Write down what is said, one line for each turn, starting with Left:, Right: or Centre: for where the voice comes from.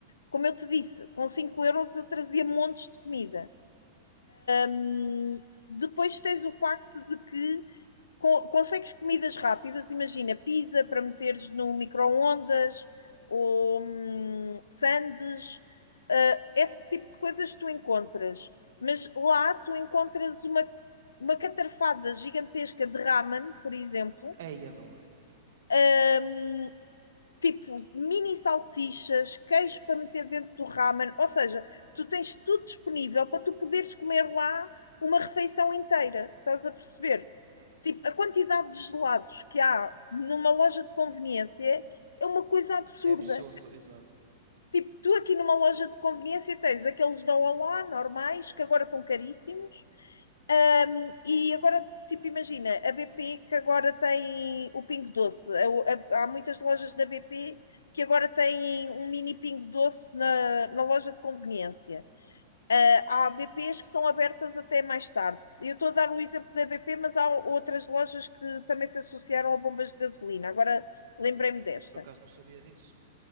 Left: Como eu te disse, com 5 euros eu trazia montes de comida. Hum, depois tens o facto de que co- consegues comidas rápidas, imagina, pizza para meteres no micro-ondas ou hum, sandes, ah, esse tipo de coisas tu encontras. Mas lá tu encontras uma, uma catarfada gigantesca de ramen, por exemplo,
Right: É, e adoro.
Left: hum, tipo mini salsichas, queijo para meter dentro do ramen, ou seja, tu tens tudo disponível para tu poderes comer lá uma refeição inteira, estás a perceber?
Right: Uhum,
Left: Tipo, a quantidade de gelados que há numa loja de conveniência é uma coisa absurda.
Right: É absurdo, exato.
Left: Tipo, tu aqui numa loja de conveniência tens aqueles da Olá, normais, que agora estão caríssimos. Um, e agora, tipo, imagina, a BP que agora tem o Pingo Doce. A- a- há muitas lojas da BP que agora têm um mini Pingo Doce na, na loja de conveniência. Ah, há BPs que estão abertas até mais tarde. Eu estou a dar o exemplo da BP, mas há outras lojas que também se associaram a bombas de gasolina. Agora lembrei-me desta.
Right: Por acaso não sabia disso.